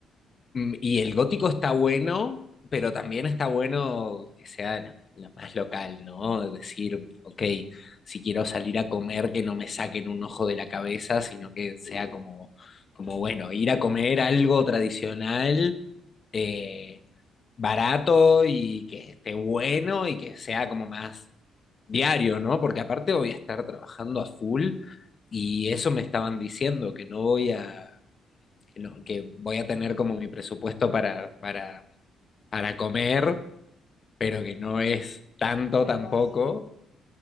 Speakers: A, on the left (about 40°); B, on the left (about 70°).
A: Mm, Y el gótico está bueno, pero también está bueno que sea lo, lo más local, ¿no? Es Decir, ok, si quiero salir a comer, que no me saquen un ojo de la cabeza, sino que sea
B: Sí,
A: como, como bueno, ir a comer algo tradicional, eh, barato y que esté bueno y que sea como más diario, ¿no? Porque aparte voy a estar trabajando a full y eso me estaban diciendo, que no voy a, que, no- que voy a tener como mi presupuesto para, para, para comer, pero que no es tanto
B: pero
A: tampoco.
B: básico.